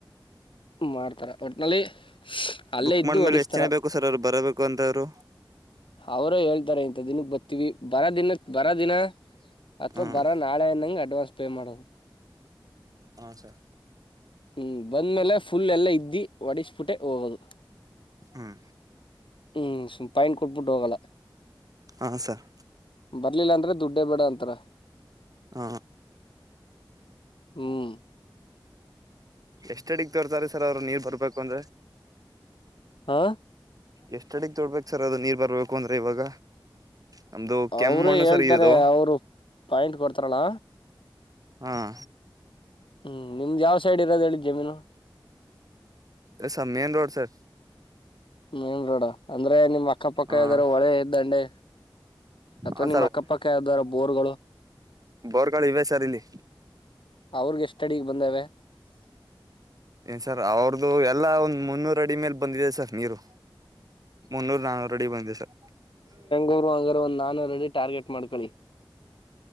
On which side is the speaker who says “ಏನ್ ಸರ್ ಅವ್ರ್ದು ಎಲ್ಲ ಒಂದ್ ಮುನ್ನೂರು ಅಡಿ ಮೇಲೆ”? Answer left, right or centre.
Right